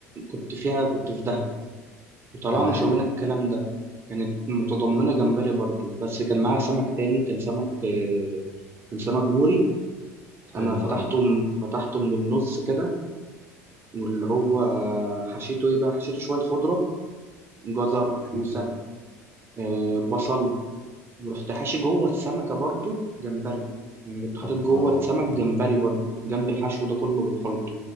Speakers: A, on the right; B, on the left.
A: كنت فيها كنت في دهب وطلعنا
B: تمام
A: شوينا الكلام ده كانت متضمنة جمبري برضو بس كان معاها سمك تاني كان سمك آه، كان سمك بوري
B: حلو
A: أنا فتحته
B: أوي
A: من فتحته من النص كده واللي هو حشيته إيه بقى حشيته شوية خضرة جزر
B: جميل
A: كوسة آه، بصل ورحت حاشي جوه السمكة برضو جمبري يعني كنت حاطط
B: الله
A: جوه السمك جمبري برضو جنب الحشو ده كله والخلط